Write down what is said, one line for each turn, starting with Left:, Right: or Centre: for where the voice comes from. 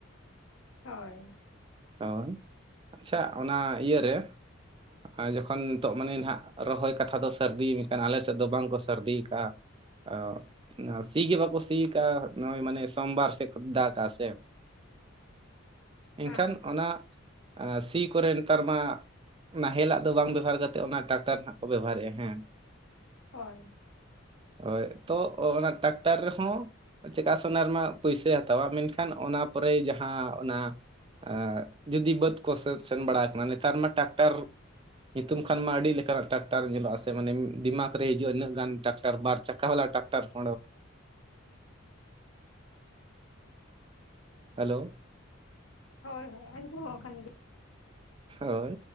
Left: ᱦᱳᱹᱭ ᱾
Right: ᱦᱳᱹᱭ ᱟᱪᱷᱟ ᱚᱱᱟ ᱤᱭᱟᱹᱨᱮ ᱾ ᱟᱨ ᱡᱚᱠᱷᱚᱱ ᱱᱤᱛᱚᱜ ᱢᱟᱱᱮ ᱱᱟᱦᱟᱜ ᱨᱚᱦᱚᱭ ᱠᱟᱛᱷᱟ ᱫᱚ ᱥᱟᱹᱨᱫᱤ ᱟᱞᱮ ᱥᱮᱫ ᱫᱚ ᱵᱟᱝᱠᱚ ᱥᱟᱹᱨᱫᱤ ᱠᱟᱜᱼᱟ ᱾ ᱚ ᱥᱤ ᱜᱮ ᱵᱟᱠᱚ ᱥᱤᱠᱟ ᱱᱚ ᱢᱟᱱᱮ ᱥᱳᱢᱵᱟᱨ ᱥᱮ ᱫᱟᱜᱟ ᱥᱮ ᱾ ᱮᱱ
Left: ᱦᱟᱸᱜ
Right: ᱠᱷᱟᱱ ᱚᱱᱟ ᱥᱤ ᱠᱚᱨᱮ ᱱᱮᱛᱟᱨ ᱢᱟ ᱾ ᱱᱟᱦᱮᱞᱟᱜ ᱫᱚ ᱵᱟᱝ ᱵᱮᱵᱚᱦᱟᱨ ᱠᱟᱛᱮᱫ ᱚᱱᱟ ᱴᱨᱟᱠᱴᱟᱨ ᱱᱟᱜ ᱠᱚ ᱵᱮᱵᱚᱦᱟᱨᱮᱜᱼᱟ ᱦᱮᱸ ᱾
Left: ᱦᱳᱹᱭ ᱾
Right: ᱦᱳᱹᱭ ᱛᱚ ᱚᱱᱟ ᱴᱨᱟᱠᱴᱟᱨ ᱨᱮᱦᱚᱸ ᱾ ᱪᱮᱠᱟ ᱥᱮ ᱚᱱᱟ ᱨᱮ ᱢᱟ ᱯᱩᱭᱥᱟᱭ ᱦᱟᱛᱟᱣᱟ ᱢᱮᱱᱠᱷᱟᱱ ᱚᱱᱟ ᱯᱚᱨᱮ ᱡᱟᱦᱟᱸ ᱚᱱᱟ ᱾ ᱡᱩᱫᱤ ᱵᱟᱹᱫᱽ ᱠᱚᱥ ᱥᱮᱱ ᱵᱟᱲᱟᱣ ᱟᱠᱟᱱᱟ ᱱᱮᱛᱟᱨ ᱢᱟ ᱴᱨᱟᱠᱴᱟᱨ ᱾ ᱧᱩᱛᱩᱢ ᱠᱷᱟᱱ ᱢᱟ ᱟᱹᱰᱤ ᱞᱮᱠᱟᱱᱟᱜ ᱴᱨᱟᱠᱴᱟᱨ ᱧᱮᱞᱚᱜ ᱟ ᱥᱮ ᱢᱟᱱᱮ ᱰᱤᱢᱟᱜᱽ ᱨᱮ ᱦᱤᱡᱩᱜ ᱩᱱᱟᱹᱜ ᱜᱟᱱ ᱴᱨᱟᱠᱟᱨ ᱾ ᱴᱟᱨ ᱵᱟᱨ ᱪᱟᱠᱟᱣᱞᱟ ᱴᱨᱟᱠᱴᱟᱨ ᱾ ᱦᱮᱞᱳ ᱾
Left: ᱦᱳᱹᱭ ᱦᱳᱹᱭ ᱟᱸᱡᱚᱢᱚᱜ ᱠᱟᱱ ᱜᱮᱭᱟ ᱾
Right: ᱦᱳᱹᱭ